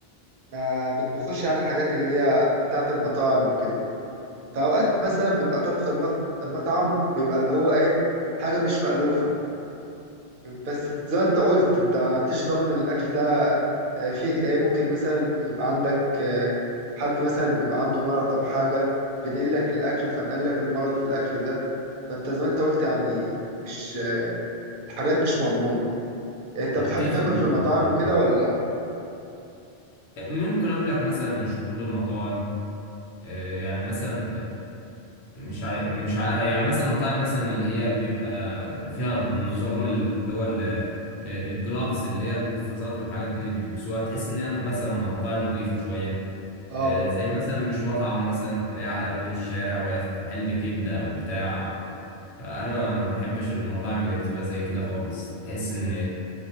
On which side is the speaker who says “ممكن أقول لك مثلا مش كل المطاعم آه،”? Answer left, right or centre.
Left